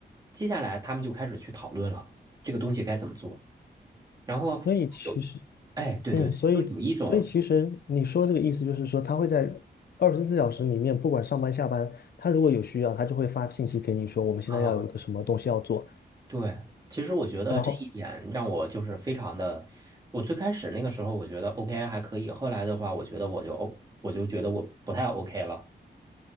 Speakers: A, on the right; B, on the left.
A: 接下来他们就开始去讨论了，这个东西该怎么做。然后有，
B: 所以其实。
A: 哎，对对对，
B: 嗯，所以所以其实你说这个意思就是说，
A: 就有一种
B: 他会在二十四小时里面，不管上班下班，他如果有需要，他就会发信息给你说，我们现在要有一个什么东西要做。
A: 啊，对，其实我觉得这一点让我就是非常的，
B: 然后，
A: 我最开始那个时候我觉得 OK 还可以，后来的话我觉得我就 O，我就觉得我不太 OK 了。